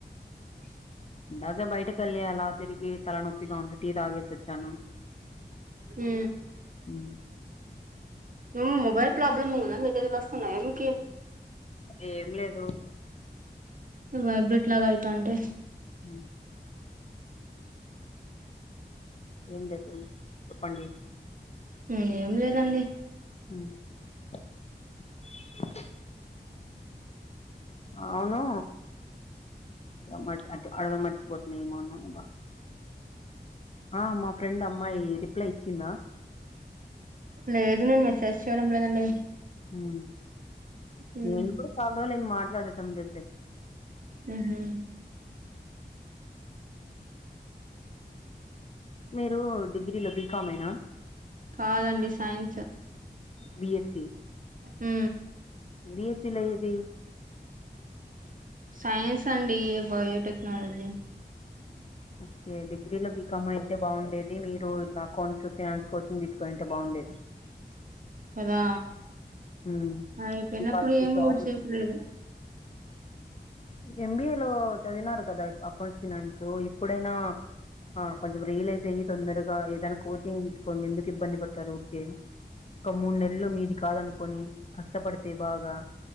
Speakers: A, on the right (about 50°); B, on the left (about 40°).
A: <inaudible>
B: ఇందాకె బయట కెల్లి అలా తిరిగి తలనొప్పిగా ఉంటే టీ తాగేసొచ్చాను
A: హూ
B: ఉ
A: ఎమో మొబైల్ ప్రాబ్లమ్ ఉన్నద మెసేజి లోస్తాన్నాయ మీకి
B: ఏం లేదు
A: వైబ్రెట్ లాగాయితాంటే
B: మ్ ఏం చేస్తాం చెప్పండి
A: ఏం లేదండి
B: మ్ అవును మ్ అడగడం మర్చిపోతున్నా ఆ మా ఫ్రెండ్ అమ్మాయి రిప్లై ఇచ్చిందా?
A: లేదు నేను మెసేజ్ చేయడం లేదండి.
B: హ్మ్
A: ఉమ్
B: నేను కూడా చాలా రోజులు అయ్యింది మాట్లాడటం లేదు లే
A: మ్ హూ
B: మీరు డిగ్రీలో బీ బి. కామ్ యేనా?
A: కాదండి సైన్స్
B: బిఎస్సీ
A: మ్
B: బిఎస్సీలో ఏది
A: సైన్స్ అండి బయోటెక్నాలజీ
B: ఓకే డిగ్రీలో బీకామ్యింటే బాగుండేది. మీరు ఇట్లా అకౌంట్స్, ఫైనాన్స్ కోచింగ్ తీసుకునింటే బాగుండేది. <inaudible>
A: కదా
B: ఉమ్.
A: అయిపోయినప్పుడు
B: ఈ పాటికి
A: ఏం
B: జాబ్
A: పొడిచేకి లేదు.
B: ఎం. బి. ఏ లో చదివినారు కదా అకౌంట్స్ ఫైనాన్స్ ఇప్పుడైనా ఆ కొంచెం రియలైజ్ అయ్యి తొందరగా ఏదైనా కోచింగ్ తీసుకోండి. ఎందుకు ఇబ్బంది పడతారు ఊరికే ఒక మూడు నెలలు మీది కాదనుకొని కష్టపడితే బాగా